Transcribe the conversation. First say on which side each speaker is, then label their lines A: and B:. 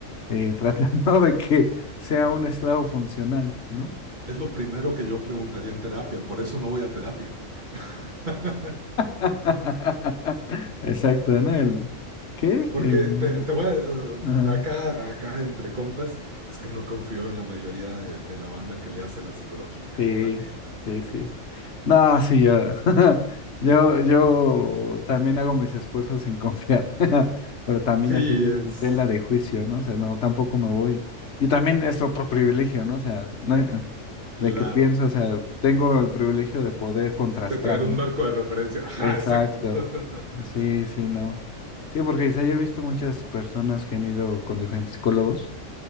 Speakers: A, on the left (about 60°); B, on the right (about 35°).
A: eh, <laughs> tratando de que sea un esclavo funcional, ¿no?
B: Es lo primero que yo preguntaría en terapia, por eso no voy a terapia. <laughs>
A: <laughs> Exacto, ¿no? El, ¿qué?
B: Porque
A: El,
B: te, te voy a, eh,
A: ajá.
B: acá, acá entre compas, es que no confío en la mayoría de, de la banda que le hace la psicología,
A: Sí,
B: la neta.
A: sí, sí. No, sí, yo, <laughs> yo, yo también hago mis esfuerzos en confiar, <laughs> pero también
B: Sí,
A: así que
B: es
A: tela de juicio, ¿no? O sea, no, tampoco me voy. Y también es otro privilegio, ¿no? O sea, no- eh,
B: claro,
A: de que pienso, o sea, tengo el privilegio de poder contrastar,
B: de tener
A: ¿no?
B: un marco de referencia. Ajá,
A: Exacto.
B: exacto. <laughs>
A: Sí, sí, no. Sí, porque quizá yo he visto muchas personas que han ido con diferentes psicólogos